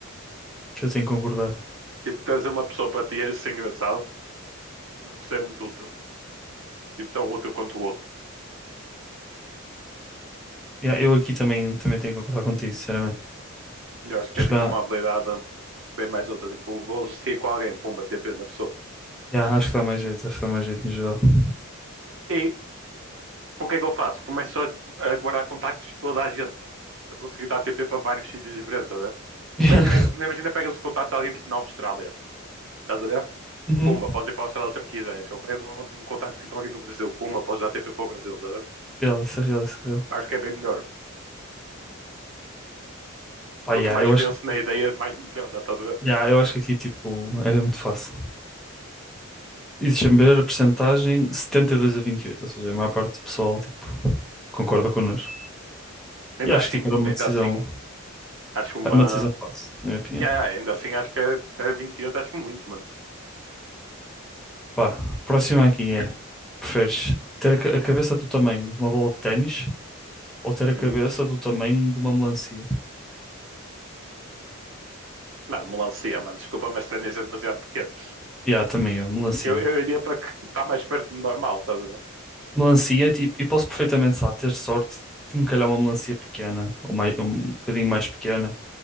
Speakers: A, in the centre; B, on the right (about 65°).
A: que eu tenho que concordar.
B: Tipo, trazer uma pessoa para ti é ser engraçado, mas não seria muito útil. Tipo, tão útil quanto o outro.
A: Yeah, eu aqui também, também tenho que concordar contigo, sinceramente.
B: Eu acho que
A: Acho
B: é tipo
A: que dá,
B: uma habilidade bem mais outra. Tipo, vou associar com alguém, pumba, TP na pessoa.
A: yeah, acho que dá mais jeito, acho que dá mais jeito no geral. <laughs>
B: E o que é que eu faço? Começo a, a guardar contactos de toda a gente. Eu consegui dar TP para vários sítios diferentes, estás
A: Yeah.
B: Imagina, imagina pegas o contacto de alguém tipo na Austrália, estás a ver?
A: Uhum.
B: Pumba, podes ir para a Austrália sempre que quiseres. Ou pegas um, um contacto tipo alguém no Brasil, pumba, podes dar TP para o Brasil, estás a ver?
A: Real, isso é real, isso é real.
B: Acho que é bem melhor.
A: Pá,
B: Quanto
A: yeah,
B: mais
A: eu
B: penso
A: acho que,
B: na ideia, mais melhora, estás a ver?
A: yeah, eu acho que aqui tipo, é muito fácil. E deixa-me ver a percentagem 72 a 28, ou seja, a maior parte do pessoal tipo, concorda connosco.
B: Ainda
A: E acho
B: assim,
A: que tipo, era uma
B: ainda
A: decisão,
B: assim, acho uma.
A: era uma decisão fácil, na minha opinião.
B: Yeah, yeah, ainda assim, acho que até 28, acho muito, mano.
A: Pá, próxima aqui é: preferes ter a ca- a cabeça do tamanho de uma bola de ténis ou ter a
B: Hum.
A: cabeça do tamanho de uma melancia?
B: Mano, melancia, mano, desculpa, mas tênis é demasiado pequeno.
A: Yeah, também eu, melancia.
B: Eu, eu iria para que está mais perto do normal, estás a ver?
A: Melancia, é tipo, e posso perfeitamente, sabe, ter sorte de me calhar uma melancia pequena ou mais, um bocadinho mais pequena.